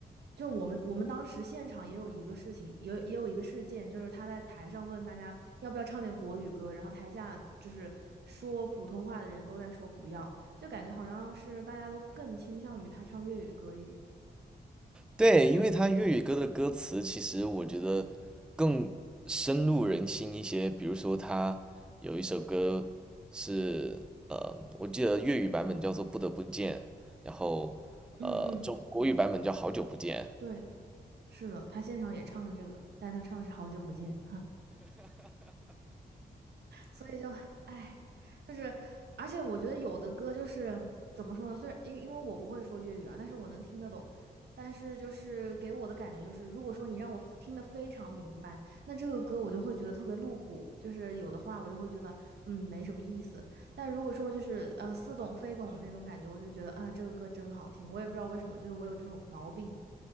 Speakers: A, on the right; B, in the centre.
A: 就我们我们当时现场也有一个事情，也有也有一个事件，就是他在台上问大家要不要唱点国语歌，然后台下就是说普通话的人都在说不要，就感觉好像是大家都更倾向于他唱粤语歌一点。
B: 对，因为他粤语歌的歌词其实我觉得更深入人心一些。比如说，他有一首歌是呃，我记得粤语版本叫做《不得不见》，然后呃，
A: 嗯嗯，
B: 中国语版本叫《好久不见》，
A: 对，是的，他现场也唱了这个，但是他唱的是《好久不见》所以就唉，就是而且我觉得有的歌就是怎么说呢？虽然因因为我不会说粤语啊，但是我能听得懂。但是就是给我的感觉就是，如果说你让我听得非常明白，那这个歌我就会觉得特别露骨，就是有的话我就会觉得嗯没什么意思。但如果说就是呃似懂非懂的那种感觉，我就觉得啊这个歌真好听。我也不知道为什么，就是我有这种毛病。